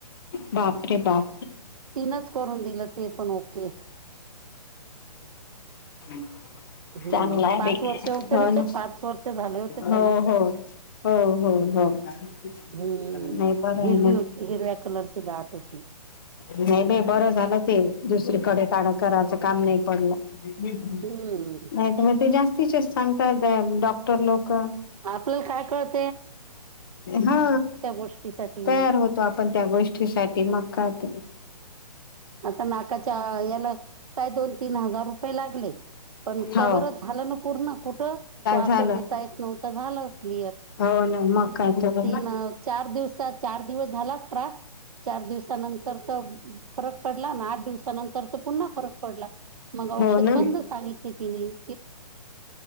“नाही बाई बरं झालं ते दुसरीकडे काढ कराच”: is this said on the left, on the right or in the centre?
Left